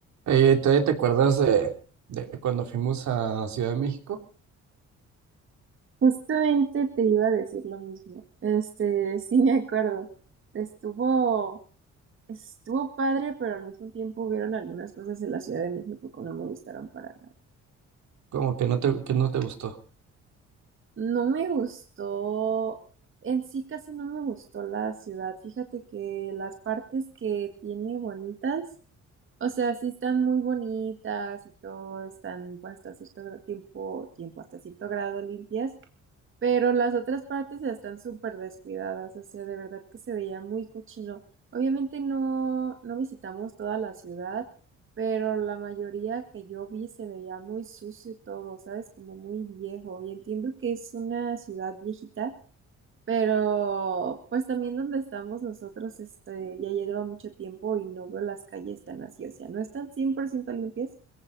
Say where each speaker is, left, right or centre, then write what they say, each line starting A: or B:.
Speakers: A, on the right; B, on the right.
A: Eh, ¿todavía te acuerdas de, de cuando fuimos a Ciudad de México?
B: Justamente te iba a decir lo mismo. Este, <laughs> sí me acuerdo. Estuvo, estuvo padre, pero al mismo tiempo hubieron algunas cosas de la Ciudad de México que no me gustaron para nada.
A: Como que no te, que no te gustó.
B: No me gustó, en sí casi no me gustó la ciudad. Fíjate que las partes que tiene bonitas, o sea, sí están muy bonitas y todo, están pues, hasta cierto gra- tiempo, tiempo, hasta cierto grado limpias Pero las otras partes están súper descuidadas, o sea, de verdad que se veía muy cochino. Obviamente no, no visitamos toda la ciudad, pero la mayoría que yo vi se veía muy sucio todo, ¿sabes? Como muy viejo. Y entiendo que es una ciudad viejita, pero pues también donde estamos nosotros, este, ya lleva mucho tiempo y no veo las calles tan así, o sea, no están 100% limpias,